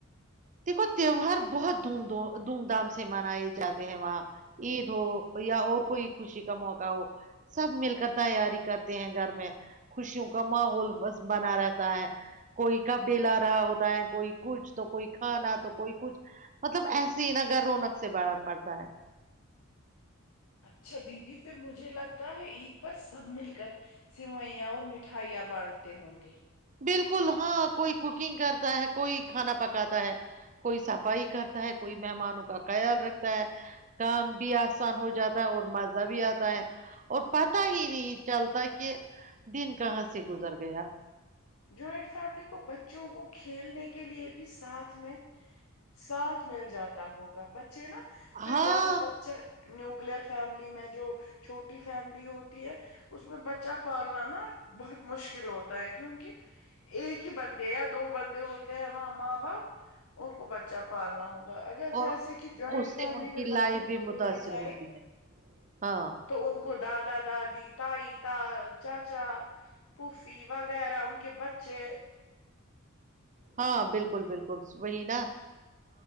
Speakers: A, on the right (about 35°); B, on the left (about 80°).
A: دیکھو تہوار بہت دھوم دھ دھوم دھام سے منائے جاتے ہیں وہاں عید ہو یا اور کوئی خوشی کا موقع ہو سب مل کر تیاری کرتے ہیں گھر میں خوشیوں کا ماحول بنا رہتا ہے کوئی کپڑے لا رہا ہوتا ہے کوئی کچھ تو کوئی ہاں نہ تو کوئی کچھ مطلب ایسے ہی ن گھر رونق سے پڑتا ہے
B: اچھا دیدی پھر مجھے لگتا ہے عید پر سب مل کر سوئیاں اور مٹھائیاں بانٹتے ہوں گے
A: بالکل ہاں کوئی کوکنگ کرتا ہے کوئی کھانا پکاتا ہے کوئی صفائی کرتا ہے کوئی مہمانوں کا خیال رکھتا ہے کام بھی آسان ہو جاتا ہے اور مزہ بھی آتا ہے اور پت ہی نہیں چلتا کہ دن کہاں سے گزر گیا
B: جوائنٹ فیملی کو بچوں کو کھیلنے کے لیے بھی ساتھ میں سات مل جاتا ہوگا بچ بچے نا پھر
A: ہاں
B: جیسے بچے نیوکلیئر فیملی میں جو چھوٹی فیملی ہوتی ہے اس میں بچہ پالنا نا بہت مشکل ہوتا ہے کیونکہ ایک ہی بندے یا دو بندے ہوتے ہیں وہاں ماں باپ ان کو بچہ پالنا ہوگا اگر جیسے
A: اور
B: کہ جوائنٹ
A: اس
B: فیملی
A: سے ان کی
B: میں بچوں
A: لائف بھی
B: کو دیکھا
A: متاثر
B: جائے
A: ہوتی ہے ہاں
B: تو ان کو دادا ا دادی تائی تا چاچا پھوفی وغیرہ ان کہ بچے
A: ہاں بالکل بالکل وہی نا